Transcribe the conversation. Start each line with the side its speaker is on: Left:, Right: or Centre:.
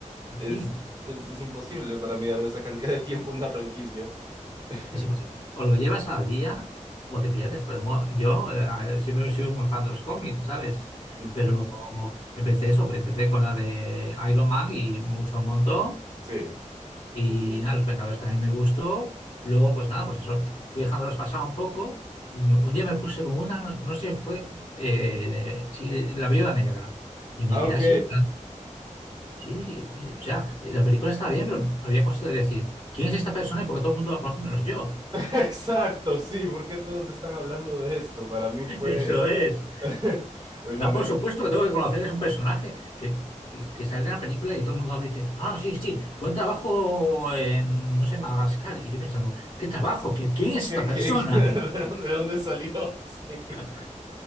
Right: Es,
Left: Sí,
Right: es, es imposible para mí darle esa cantidad de tiempo a una franquicia. <laughs>
Left: es imposible o lo llevas al día o te pierdes. Pero bueno, yo eh, siempre he sido muy fan de los cómics, ¿sabes?
Right: Ujú.
Left: Pero empecé eso, empecé con la de Iron Man y me gustó un montón.
Right: Sí,
Left: Y
Right: sí, sí.
Left: nada, Los Vengadores también me gustó. Luego, pues nada, pues eso, fui dejándolos pasar un poco. Y me- un día me puse con una, no no sé, fue eh, sí, La Viuda Negra. Y me
Right: Ah,
Left: quedé
Right: ok,
Left: así. Sí, sí, o sea, la película estaba bien, pero había cosas de decir, ¿quién es esta persona y por qué todo el mundo la conoce menos yo?
Right: <laughs> exacto, sí, porque todos están hablando de esto. Para mí
Left: <laughs>
Right: fue
Left: Eso es.
Right: <laughs> el momento.
Left: Da por supuesto que tengo que conocer, es un personaje que, que, que sale en la película y todo el mundo habla y dice, ah, sí, sí, buen trabajo en, no sé, Madagascar. Y yo pensando, ¿qué trabajo? ¿Qui- ¿Quién es
Right: ¿Qué- qué-
Left: esta persona?
Right: qué- <laughs> de dónde de dónde salió? <laughs> Sí.
Left: <laughs>